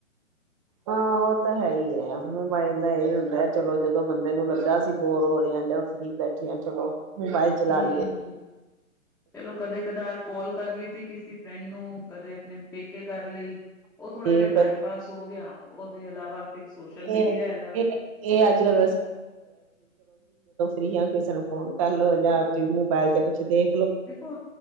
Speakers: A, on the right; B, in the centre.
A: ਹਾਂ ਉਹ ਤਾਂ ਹੈ ਹੀ ਹੈ, ਮੋਬਾਇਲ ਦਾ ਇਹੀ ਹੁੰਦਾ ਚਲੋ, ਜਦੋਂ ਬੰਦੇ ਨੂੰ ਲੱਗਾ ਅਸੀਂ ਬੋਰ ਹੋ ਰਹੇ ਹਾਂ, ਜਾਂ ਫ੍ਰੀ ਬੈਠੇ ਹਾਂ ਚਲੋ। ਮੋਬਾਇਲ ਚਲਾ
B: ਹਮ।
A: ਲਈਏ
B: ਚਲੋ ਕਦੇ ਕਦਾਰ ਕੌਲ ਕਰ ਲੀਤੀ ਕਿਸੇ ਫਰੈਂਡ ਨੂੰ, ਕਦੇ ਆਪਣੇ ਪੇਕੇ ਕਰ ਲਈ ਉਹ ਥੋੜਾ
A: ਠੀਕ
B: ਜਿਹਾ ਟਾਈਮ ਪਾਸ ਹੋ ਗਿਆ, ਉਹਦੇ ਇਲਾਵਾ ਫਿਰ ਸੋਸ਼ਲ
A: ਇਹ
B: ਮੀਡੀਆ ਹੈਗਾ
A: ਇਹ ਅੱਜ ਕੱਲ ਰੀਆਂ ਕਿਸੇ ਨੂੰ ਫੋਨ ਕਰ ਲੋ, ਜਾਂ ਮੋਬਾਇਲ ਤੇ ਕੁਛ ਦੇ
B: ਦੇਖੋ,